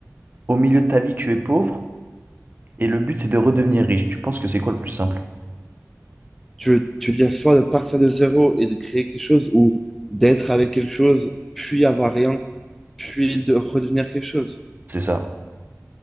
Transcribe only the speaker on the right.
au milieu de ta vie, tu es pauvre. Et le but, c'est de redevenir riche. Tu penses que c'est quoi le plus simple?
C'est ça,